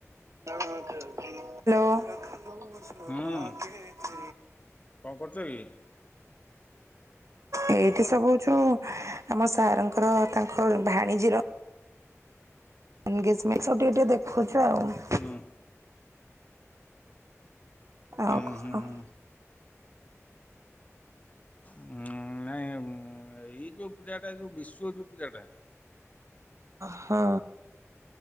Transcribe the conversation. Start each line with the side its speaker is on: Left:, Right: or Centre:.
Right: <unintelligible>
Left: ହୁଁ କଣ କରୁଛ କି?
Right: ଏଇଠି ସବୁ ଅଛୁ ଆମ ସାରଙ୍କର ତାଙ୍କ ଭାଣିଜିର ଏନଗେଜମେଣ୍ଟ ସବୁ ଟିକେ ଟିକେ ଦେଖୁଛୁ ଆଉ
Left: ହୁଁ
Right: ଆଉ
Left: ଉଁ
Right: କଣ
Left: ହୁଁ ହୁଁ ନାଇଁ ଏଇ ଯୋଉ ପିଲାଟା ଯୋଉ ବିଶ୍ଵ ଯୋଉ ପିଲାଟା
Right: ହଁ।